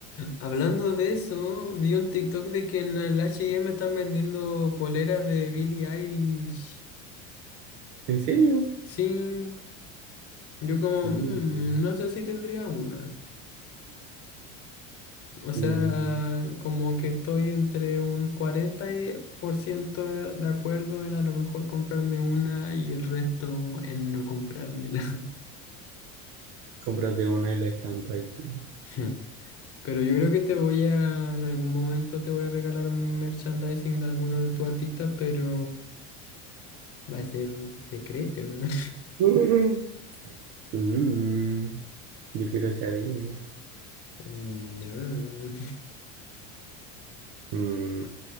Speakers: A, on the left; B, on the right.
A: Hablando de eso, vi un TikTok de que en el H&M están vendiendo poleras de Billie Eilish.
B: ¿En serio?
A: Sí, yo como,
B: Mm.
A: "Mm, no sé si tendría una. O sea,
B: Mm.
A: como que estoy entre un 40% de de acuerdo en a lo mejor comprarme una y el resto en no comprármela.
B: <laughs> Cómprate una y la estampa y tú.
A: <laughs> Pero yo creo que te voy a, en algún momento te voy a regalar merchandising de alguno de tus artistas, pero va a ser secreto. <laughs>
B: <laughs> Mm. Yo quiero saber.
A: No.
B: Mm.